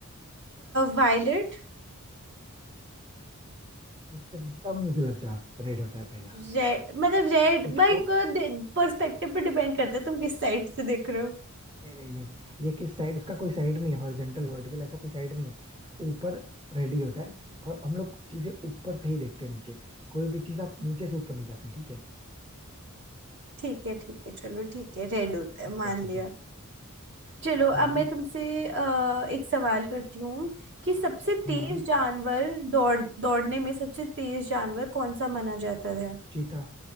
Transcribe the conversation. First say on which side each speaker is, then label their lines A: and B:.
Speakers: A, on the right; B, on the right.
A: वायलेट
B: एकदम गलत जवाब रेड होता है पहला
A: रेड मतलब रेड
B: क्योंकि
A: भाई
B: वो
A: को पर्सपेक्टिव पे डिपेंड करता है तुम किस साइड से देख रहे हो
B: नहीं नहीं नहीं ये किस साइड उसका कोई साइड नहीं है हॉरिजेंटल वर्टिकल ऐसा कोई साइड नहीं है ऊपर रेड ही होता है और हम लोग चीजें ऊपर से ही देखते हैं नीचे कोई भी चीज आप नीचे से ऊपर नहीं जाते ठीक है
A: ठीक है ठीक है चलो ठीक है रेड होता है
B: अभी
A: मान
B: आप पूछो
A: लिया चलो
B: हाँ
A: अब मैं तुमसे अ, एक सवाल करती हूँ कि सबसे तेज
B: हाँ
A: जानवर दौड़ दौड़ने में सबसे तेज जानवर कौन सा माना जाता है
B: चीता